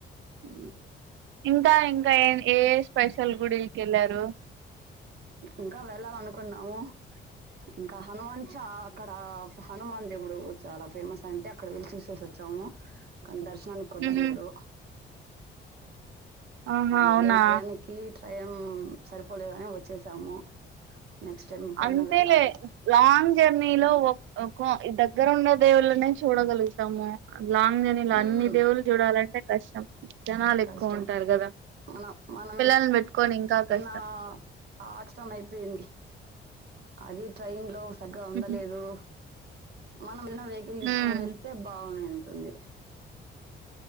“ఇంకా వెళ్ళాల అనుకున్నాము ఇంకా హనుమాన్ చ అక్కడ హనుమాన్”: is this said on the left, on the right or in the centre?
Right